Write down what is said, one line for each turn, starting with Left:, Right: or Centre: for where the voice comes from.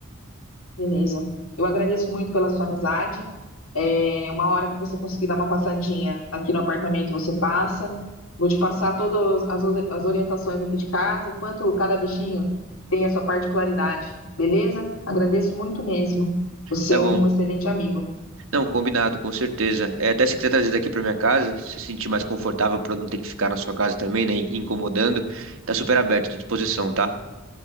Left: Beleza. Eu agradeço muito pela sua amizade. É uma hora que você conseguir dar uma passadinha aqui no apartamento, você passa. Vou te passar todas as, os- as orientações aqui de casa, o quanto cada bichinho tem a sua particularidade, beleza? Agradeço muito mesmo. Você
Right: Tá
Left: é
Right: bom.
Left: um excelente amigo.
Right: Não, combinado, com certeza. É, até se quiser trazer daqui pra minha casa, se você se sentir mais confortável pra não ter que ficar na sua casa também, né? e Incomodando, tá super aberto, tô à disposição, tá?